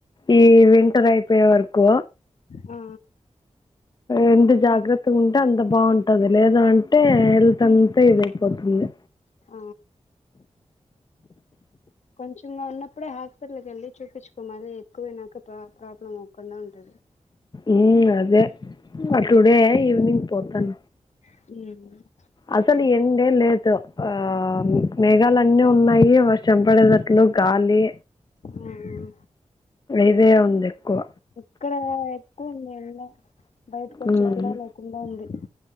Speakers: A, on the left; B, on the left.
A: ఈ వింటర్ అయిపోయేవరకు
B: ఆ
A: ఎంత జాగ్రత్తగుంటే అంత బాగుంటది లేదంటే హెల్త్ అంతా ఇది అయిపోతుంది
B: ఆ కొంచెంగా ఉన్నప్పుడే హాస్పిటల్కేళ్ళి చూపించుకో మళ్ళి ఎక్కువైనాక ప్ర ప్రాబ్లం అవ్వకుండా ఉంటది
A: ఊ అదే
B: ఉమ్
A: టుడే ఈవినింగ్ పోతాన్
B: ఉహ్
A: అసలు ఎండే లేదు ఆ మేఘాలు అన్నీ ఉన్నాయి వర్ ర్షం పడేటాట్లు గాలి
B: ఆహ్
A: ఇదే ఉంది ఎక్కువ
B: ఇక్కడ ఎక్కువ ఉంది ఎండ బయటకోచ్చేకి
A: ఉమ్
B: కూడా లేకుండా ఉంది